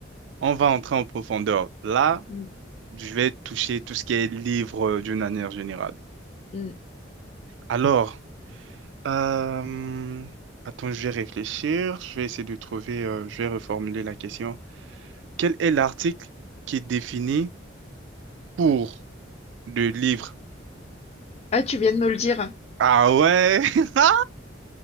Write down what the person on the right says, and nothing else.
on va entrer en profondeur. Là,
je vais toucher tout ce qui est livre euh, d'une manière générale.
Alors, euh, attends, je vais réfléchir. Je vais essayer de trouver, euh, je vais reformuler la question. Quel est l'article qui est défini pour le livre
Ah ouais! <laughs> Ah